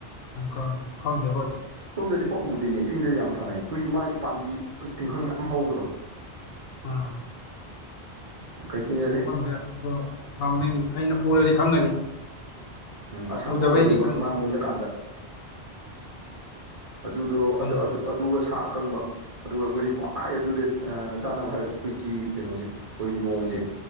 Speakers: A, on the left; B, on the right.
A: ꯇꯤꯡꯈꯪ ꯈꯪꯗꯦꯕꯣ ꯑꯗꯨꯗꯤ꯫
B: ꯁꯣꯝꯗꯗꯤ ꯄꯛꯎꯗꯤꯅꯦ ꯏ ꯆꯤꯡꯗꯗꯤ ꯌꯥꯝ ꯊꯥꯅꯩ ꯑꯩꯈꯣꯏꯒꯤ ꯃꯥꯒꯤ ꯄꯥꯝꯕꯤ ꯇꯤꯡꯈꯪꯌꯥꯝ ꯍꯧꯕꯗꯣ
A: ꯑꯥ
B: ꯀꯩꯁꯨ <unintelligible>
A: ꯈꯪꯗ꯭ꯔꯦ ꯑꯗꯣ ꯃꯃꯤꯡ ꯑꯩꯅ ꯎꯔꯗꯤ ꯈꯪꯒꯅꯤ꯫
B: ꯎꯝ ꯑꯁꯪꯕ
A: ꯎꯗꯕꯩꯅꯤ
B: ꯑꯣꯏꯗꯣꯏꯕ
A: ꯈꯪꯗꯦ꯫
B: ꯃꯥ ꯃꯨꯜꯂꯀꯥꯟꯗ ꯑꯗꯨꯗꯣ
A: ꯈꯪꯉꯦ
B: ꯑꯗꯨ ꯑꯗꯨ ꯑꯗꯨꯒ ꯁꯥ ꯑꯀꯪꯕ ꯑꯗꯨꯒ ꯑꯩꯈꯣꯏ ꯈ꯭ꯋꯥꯏ ꯑꯗꯨꯗ ꯆꯥꯅꯕ ꯍꯥꯏꯔꯒ ꯑꯩꯈꯣꯏꯒꯤ ꯀꯩꯅꯣꯁꯦ ꯑꯩꯈꯣꯏ ꯌꯣꯡꯖꯦ